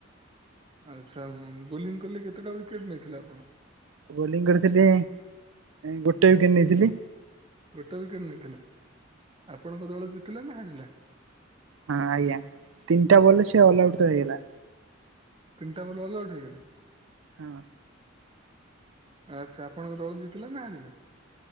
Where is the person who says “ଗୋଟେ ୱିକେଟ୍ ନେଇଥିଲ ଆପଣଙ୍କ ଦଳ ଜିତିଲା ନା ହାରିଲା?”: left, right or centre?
Right